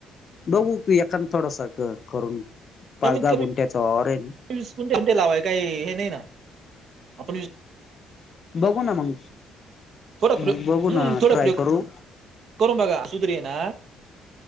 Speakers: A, on the left (about 35°); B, on the right (about 50°).
A: बघू तू एखा थोडस करून पाच
B: कमीत
A: दहा
B: कमी
A: गुंट्याचा ऑवर आहे ना
B: <inaudible> लावाय काही हे नाही ना आपण वि
A: बघू ना मग
B: शकतो थोडा
A: म
B: प्रयोग
A: बघू
B: हम्म
A: ना
B: थोडा
A: ट्राय
B: प्रयोग
A: करू
B: करून बघा सुतरीय ना